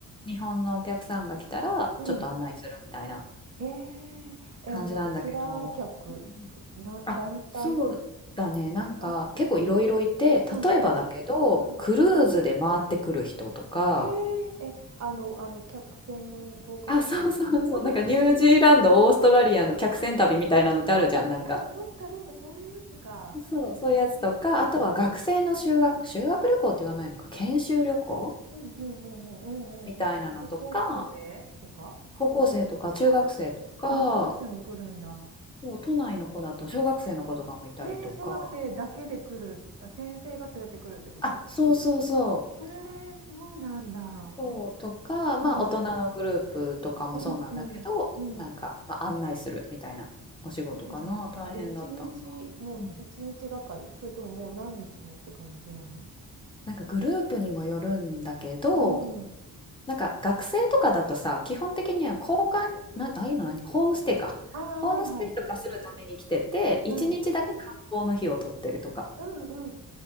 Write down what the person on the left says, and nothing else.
日本のお客さんが来たらちょっと案内するみたいな
感じなんだけど。
うんうん
あ、そうだね。なんか結構いろいろいて、
例えばだけど、
クルーズで回ってくる人とか、
あ、そうそうそう。
なんかニュージーランド、オーストラリアの客船旅みたいなのってあるじゃん、
なんか。
そう、そういうやつとか、
あとは学生の修学、修学旅行って言わないのか、研修旅行
みたいなのとか、
高校生とか中学生とか、
そう、都内の子だと小学生の子とかもいたりとか、
あ、そうそうそう。
そう、とか、まあ、
大人のグループとかもそうなんだけど、
なんか、まあ、案内するみたいなお仕事かな、
大変だったのは。
うん、なんかグループにもよるんだけど、
なんか学生とかだとさ、基本的には交換、な、ああいうの何ホームステイか。
ホームステイとかするために来てて、
一日だけ観光の日を取ってるとか。